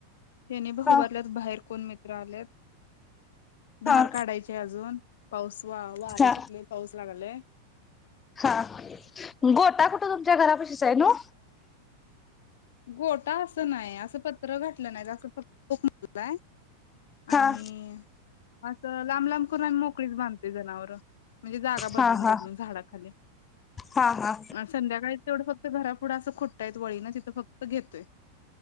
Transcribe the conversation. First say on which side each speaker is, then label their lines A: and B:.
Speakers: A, on the left (about 60°); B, on the left (about 20°).
A: हेने बहु
B: हा
A: बातल्यात बाहेर कोण मि कोण तर आलेत. धार
B: हा
A: काढायची अजून. पाऊस वा वारं
B: हा
A: सुटले पाऊस लागलाय
B: हा गोटा कुठ त त्या घरा पशीच आहे न.
A: गोटा असं नाही असं पत्र घटलं नाही अस फक्कय.
B: हा
A: आणि असं लांब लांब करून आणि मोकळीच बांधत. जनावर. म्हणजे जागा बदलून
B: हा हा
A: बदलून झाडाखाली
B: हा हा
A: अ संध्याकाळीच तेवढं घरापुंढ असं खुट्ट हाईत वळीन तिथं फक अ घेतोय